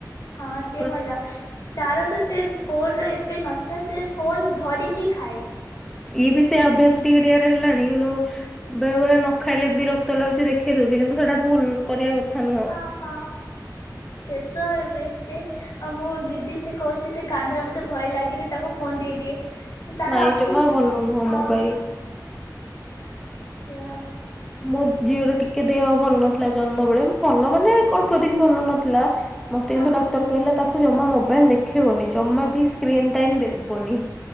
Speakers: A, on the left; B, in the centre.
A: ହଁ ସେ
B: ପୁରା
A: ଭଲ ତାର ତ ସେ ଫୋନ୍ ଏତେ ନସା ସେ ଫୋନ୍ ଧରିକି ଖାଏ।
B: ଇଏ ବି ସେୟା ଅଭ୍ୟାସ ଟିକେ ଟିକେ ହେଲାଣି କିନ୍ତୁ ବେଳେ ବେଳେ ନ ଖାଇଲେ ବିରକ୍ତ ଲାଗୁଛି ଦେଖେଇ ଦଉଛି କିନ୍ତୁ ସେଟା ଭୁଲ କରିବା କଥା ନୁହଁ।
A: ହଁ ହଁ ସେତେ ବି ଏତେ ଆଉ ମୋ ଦିଦି ସେ କହୁଛି ସେ କାନ୍ଦିଲା ମତେ ଭଲ ଲାଗେନି ତାକୁ ଫୋନ ଦେଇଦିଏ। ସେ ତାର
B: ନାଇଁ
A: ଆଖି
B: ଜମା ଭଲ ନୁହଁ
A: ହଁ
B: ମୋବାଇଲ।
A: ସେ ଆଉ
B: ମୋ ଝିଅର ଟିକେ ଦେହ ଭଲ ନଥିଲା ଜନ୍ମ ବେଳେ ଭଲ ମାନେ ଅଳ୍ପ ଦିନ ଭଲ ନଥିଲା ମତେ
A: ହଁ
B: କିନ୍ତୁ
A: ହଁ।
B: ଡାକ୍ତର କହିଲା ତାକୁ ଜମା ମୋବାଇଲ ଦେଖେଇବନି ଜମା ବି ସ୍କ୍ରିନ୍ ଟାଇ ଦେବନି।